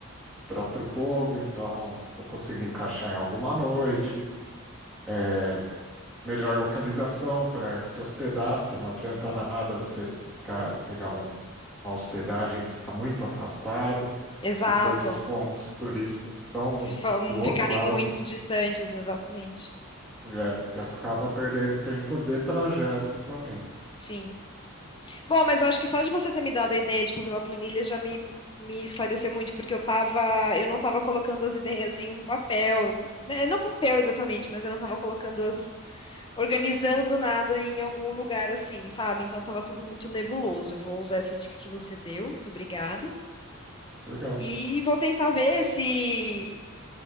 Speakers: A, in the centre; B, on the left.
A: próprio povo, então eu consigo encaixar em alguma noite. É, melhor localização para se hospedar, porque não adianta nada você ficar, pegar um- uma hospedagem que fica muito afastado
B: Exato.
A: e todos os pontos turísticos estão
B: fam-
A: do outro
B: ficarem
A: lado,
B: muito distantes, exatamente.
A: é, porque você acaba perdendo tempo de trajeto também.
B: Sim. Bom, mas eu acho que só de você ter me dado a ideia de fazer uma planilha já me, me esclareceu muito, porque eu tava, eu não tava colocando as ideias em um papel, né, Não papel exatamente, mas eu não tava colocando as, organizando nada em algum lugar assim, sabe? Então tava tudo muito nebuloso. Eu vou usar essa dica que você deu, muito obrigada.
A: Legal.
B: E vou tentar ver se